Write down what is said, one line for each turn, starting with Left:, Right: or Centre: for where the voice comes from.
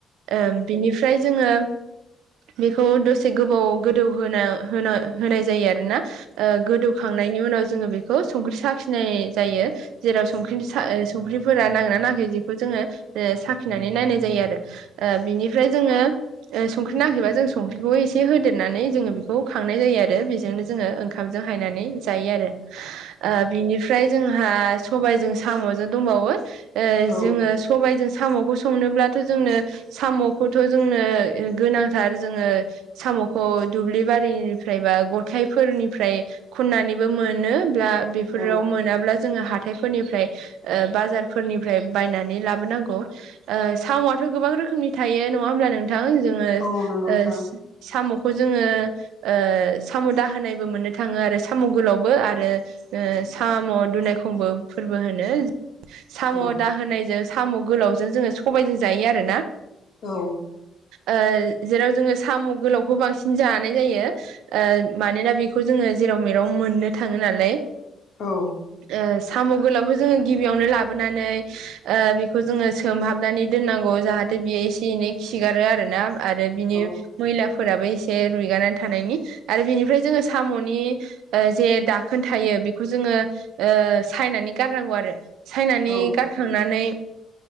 Right: ओ बिनि फ्राय जोङो बेखौ दसे गोबाव गोदौ होना होना होनाय जायो आरोना। ओ गोदौखांनायनि उनाव जोङो बेखौ संख्रि साखिनाय जायो। जेराव संख्रिनि सा ओ संख्रिफोरा नाङोना नाङाखै बिखौ जोङो ओ साखिनानै नायनाय जायो आरो। ओ बिनिफ्राय जोङो ओ संख्रि नाङाखैबा जों संख्रिखौ एसे होदेरनानै जोङो बेखौ खांनाय जायो आरो बेजोंनो जोङो ओं खामजों हायनानै जायो आरो। ओ बिनिफ्राय जोंहा सबायजों साम'जों दंबावो। ओ
Left: औ
Right: जोङो जों साम'खौ संनोब्लाथ' जोंनो साम'खौथ' जोंनो गोनांथार जोङो साम'खौ दुब्लि बारिनिफ्राय बा गथाइफोरनिफ्राय खन्नानैबो मोनो ब्ला बेफोराव
Left: औ
Right: मोनाब्ला जोङो हाथायफोरनिफ्राय ओ बाजारफोरनिफ्राय बायनानै ला बोनांगौ ओ साम'आथ' गोबां रोखोमनि थायो नङा होनब्ला नों थां जोङो
Left: औ नंगौ नोंथां
Right: ओ साम'खौ जोङो ओ साम' दाहोनायबो मोननो थाङो आरो साम' गोलावबो आरो ओ साम' दुनायखंबो फोरबो होनो। साम'
Left: औ
Right: दाहोनायजों साम' गोलावजों जोङो सबायजों जायो आरोना।
Left: औ
Right: ओ जेराव जोङो साम' गोलावखौ बांसिन जानाय जायो। ओ मानोना बेखौ जोङो जेराव मेराव मोननो थाङो नालाय।
Left: औ
Right: ओ साम' गोलावखौ जोङो गिबियावनो लाबोनानै ओ बे खौ जोङो सोमहाबनानै दोननांगौ जाहाथे बियो एसे एनै खिगारो आरोना आरो बिनि
Left: औ
Right: मैलाफोराबो एसे रुइगानानै थानायनि आरो बिनिफ्राय जोङो साम'नि ओ जे दाखोन थायो बेखौ जोङो ओ सायनानै गारनांगौ आरो। सायनानै
Left: औ
Right: गारखांनानै